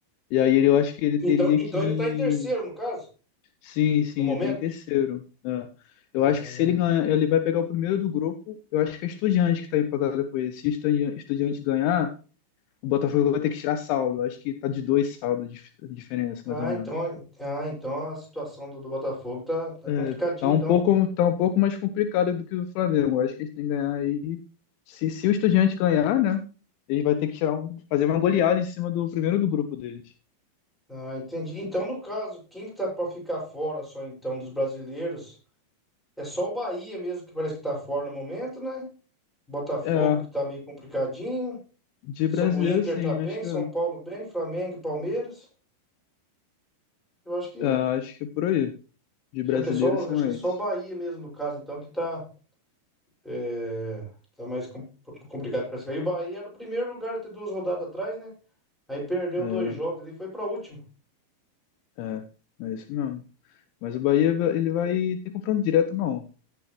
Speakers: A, on the left; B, in the centre.
A: E aí ele, eu acho que ele teria
B: Então, então
A: que
B: ele tá em terceiro, no caso,
A: Sim, sim,
B: no momento.
A: ele tá em terceiro. É. Eu
B: É.
A: acho que se ele ganhar, ele vai pegar o primeiro do grupo. Eu acho que é Estudiantes que tá empatada com ele. Se Estudia- Estudiantes ganhar, o Botafogo vai ter que tirar saldo. Eu acho que tá de dois saldos de de diferença,
B: Ah,
A: mais ou menos.
B: então, ah, então a situação do, do Botafogo tá, tá
A: É,
B: complicadinha,
A: tá
B: então.
A: um pouco, tá um pouco mais complicado do que o Flamengo. Eu acho que eles têm que ganhar aí. Se, se o Estudiante ganhar, né? Ele vai ter que tirar um, fazer uma goleada em cima do primeiro do grupo deles.
B: Ah, entendi. Então, no caso, quem que tá pra ficar fora só então dos brasileiros? É só o Bahia mesmo que parece que tá fora no momento, né? Botafogo
A: É,
B: que tá meio complicadinho.
A: de
B: São-
A: brasileiro,
B: o Inter
A: sim,
B: tá bem,
A: acho que
B: São
A: é,
B: Paulo bem, Flamengo e Palmeiras. Eu acho que
A: É, acho que é por aí. De
B: só
A: brasileiro
B: que é só,
A: são
B: acho que
A: esses.
B: é só o Bahia mesmo no caso, então que tá é, tá mais com- complicado para classificar. E o Bahia era o primeiro lugar até duas rodadas atrás, né? Aí perdeu
A: É,
B: dois jogos e foi pra último.
A: É, é isso mesmo. Mas o Bahia, va- ele vai ter confronto direto, não.